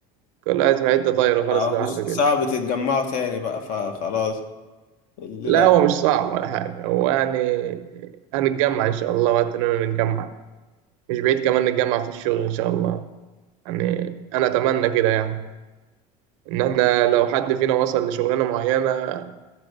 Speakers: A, on the right; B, on the left.
A: كل واحد في حتة طايرة خالص
B: آه،
A: لوحده
B: مش-
A: كده
B: صعب تتجمعوا تاني بقى فخلاص الليلة
A: لا هو مش صعب ولا حاجة هو يعني هنتجمع إن شاء الله وقت إننا نتجمع مش بعيد كمان نتجمع في الشغل إن شاء الله يعني انا اتمنى كده يعني ان احنا لو حد فينا وصل لشغلانه معينه